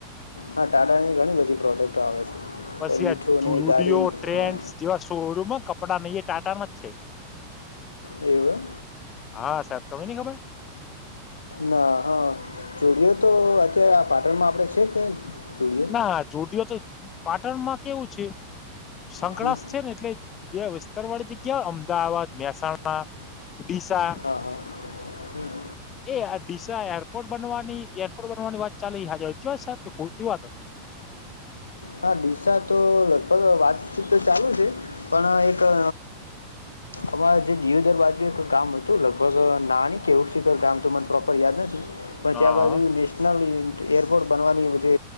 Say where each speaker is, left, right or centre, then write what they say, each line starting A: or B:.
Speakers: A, on the left; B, on the left.
A: હા ટાટાની ઘણી બધી પ્રોડક્ટો આવે છે.
B: પછી
A: એ મીઠું
B: આ
A: ને
B: ઝુડિયો
A: ગાડી
B: ટ્રેન્ડસ
A: હા
B: જેવા સો રૂમ હ કપડા નઈ એ ટાટામાં જ છે.
A: એવું એમ.
B: હા સાહેબ તમે ની ખબર.
A: ના હા ઝૂડિયો તો અત્યારે આ પાટણમાં આપડે છે કે જુડિયો
B: ના ઝુડિયો તો પાટણમાં કેવું છે સંકરસ
A: હમ,
B: છે ને એટલે જે વિસ્તાર વાળી જગ્યા અમદાવાદ મહેસાણા ડીસા
A: હા હા હમ હ.
B: એ આ ડીસા એરપોર્ટ બનવાની એરપોર્ટ બનવાની વાત ચાલે એ હાચી વાત ચ્યોસ ક ખોટી વાત હ. <inaudible>
A: હા ડીસા તો લગભગ વાતચીત તો ચાલુ છે પણ એક અ અમારે જે દિયોદર બાજુ એક ગામ હતું લગભગ નાની કે એવું શિખર કોઈ ગામ તો મને પ્રોપર યાદ નથી. પણ
B: હા
A: ત્યા બાજુ નેશનલ ઇન એરપોર્ટ બનવાની જે